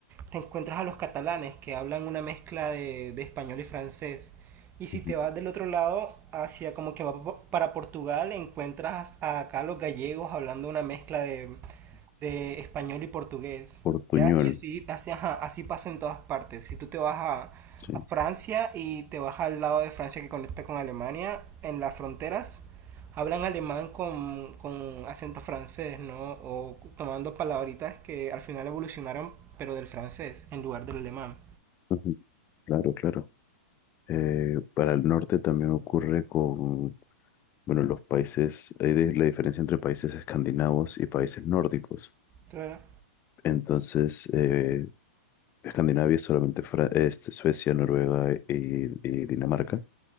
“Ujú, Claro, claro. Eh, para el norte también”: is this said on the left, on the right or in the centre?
Left